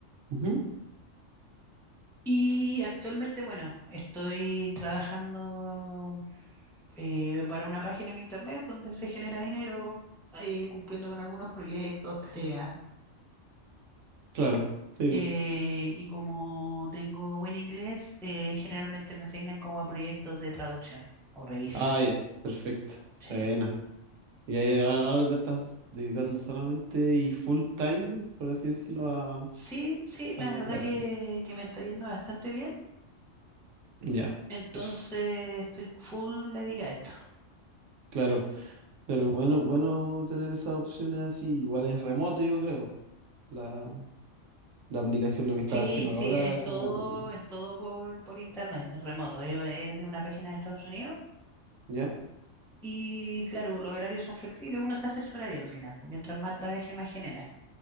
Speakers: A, on the right (about 80°); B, in the centre.
A: Ujú,
B: Y actualmente, bueno, estoy trabajando eh, para una página en internet donde se genera dinero, eh, cumpliendo con algunos proyectos, tareas.
A: Claro, sí.
B: Eh,
A: bo.
B: y como tengo buen inglés, eh, generalmente me asignan como a proyectos de traducción o revisión.
A: Ah, ya, perfecto.
B: Sí,
A: Buena. Y ahí a- ahora te estás dedicando solamente y full time, por así decirlo, a,
B: sí, sí, la
A: a la
B: verdad
A: página.
B: que, que me está yendo bastante bien.
A: Ya,
B: Entonces
A: perfecto.
B: estoy full dedicado a esto.
A: Claro, claro, bueno, bueno tener esas opciones así. Igual es remoto, yo creo. La, la aplicación, lo que estás
B: Sí,
A: haciendo
B: sí,
A: ahora
B: es
A: es
B: todo,
A: remoto.
B: es todo por, por internet, remoto. eh, Es, de una página de Estados Unidos
A: ¿Ya?
B: y claro, los horarios son flexibles, uno se hace su horario al final, pues, mientras más trabaje, más genera.